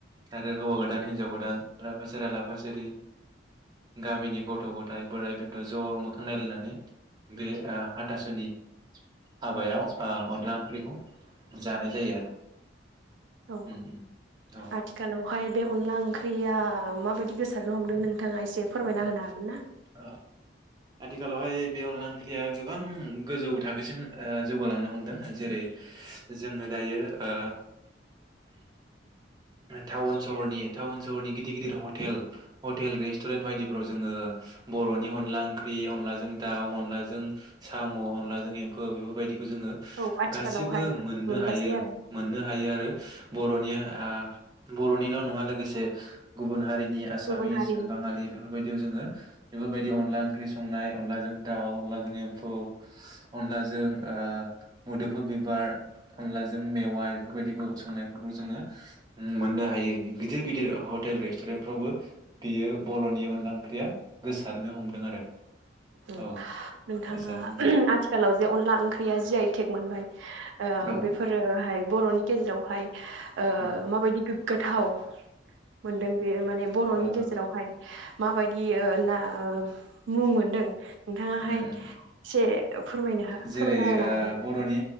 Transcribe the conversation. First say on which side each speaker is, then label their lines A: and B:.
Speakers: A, on the right; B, on the right.
A: आरो हौवा गोदान हिनजाव गोदान लाफा सेरा लाफा सिरि गामिनि गथ' गथाइ बोराइ बेन्थ' ज' मोखां नायलायनानै बे हाथासुनि हाबायाव अनला ओंख्रिखौ जानाय जायो आरो
B: औ
A: उम उम औ
B: आथिखालाव बेहाय बे अनला ओंख्रिया माबायदि गोसारनो हमदों नों थाङा इसे फोरमायना होनो हागोन ना?
A: ओ आथिखालावहाय बे अनला ओंख्रिया गोबां गोजौ थाखोसिम ओ जौगालांनो हमदों जेरै जोङो दायो ओ टाउन सहरनि टाउन सहरनि गिदिर गिदिर हटेल हटेल रेस्टुरेन्ट बायदिफोराव जोङो बर'नि अनला ओंख्रि अनलाजों दाव अनलाजों साम' अनलाजों एमफौ बेफोरबायदि जोङो
B: औ आथिखालावहाय
A: गासिबो मोननो
B: मोनजासै
A: हायो
B: आरो
A: मोननो हायो आरो बर'नि आ बर'निल' नङा लोगोसे गुबुन हारि नि आसामिस
B: गुबुन हारिनि
A: बाङालि बेफोरबायदियाव जोङो बेफोरबायदि अनला ओंख्रि संनाय अनलाजों दाउ अनलाजों एमफौ अनलाजों ओ मोदोमफोर बिबार अनलाजों मेवाइ बेफोरबायदिखौ संनायफोरखौ जोङो मोननो हायो गिदिर गिदिर हटेल रेस्टुरेन्टफ्रावबो बियो बर'नि अनला ओंख्रिया गोसारनो हमदों आरो
B: उम
A: औ
B: नोंथाङा
A: गोसारनो हमदों
B: आथिखालाव जे अनला ओंख्रिया जि आइ टेक मोनबाय ओ
A: औ
B: बेफोरोहाय बर'नि गेजेरावहाय ओ
A: औ
B: माबायदि गोग्गाथाव मोनदों बेयो माने बर'नि
A: औ
B: गेजेरावहाय माबायदियो ना मुं मोनदों नोंथाङाहाय
A: उम
B: एसे
A: उम
B: फोरमायनो
A: जेरै
B: फोरमायना होनो
A: ओ
B: हागोन ना?
A: बर'नि